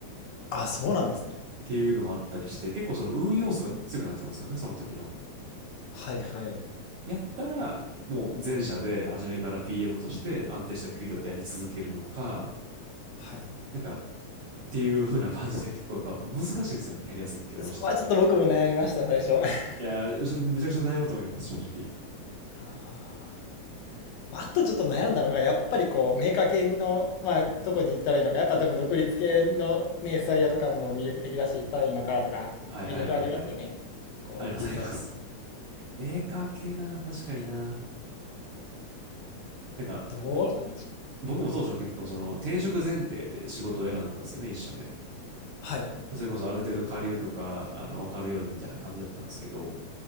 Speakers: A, on the left; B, on the right.
A: あ、そうなんですね。
B: ていうのもあったりして、結構その運要素が強くなっちゃうんですよね、その時の。
A: はいはい。
B: やったら、もう前者で初めから PM として安定した給料でやり続けるのか、
A: はい。
B: なんかっていう風な感じで結構やっぱ難しいんですよね、キャリア設計どうしても。
A: そこはちょっと僕も悩みました、最初。<laughs>
B: いやー、めちゃくちゃ悩むと思います、正直。
A: あーまあ、あとちょっと悩んだのが、やっぱりこう、メーカー系の、まあ、どこに行ったらいいのか、やっぱでも独立系のね、エスアイアとかも魅力的だし、行ったらいいのかとか、
B: はいはいはいはい。
A: いろいろありますよね。こう、
B: ありますあります。
A: ユーザー系。
B: メーカー系な、確かにな。なんか、
A: どうなんでしょう。
B: ぼ、僕も当初結構その転職前提で仕事を選んだんですよね、一社目。
A: はい。
B: それこそある程度下流とか、あの、わかるようにみたいな感じだったんですけど。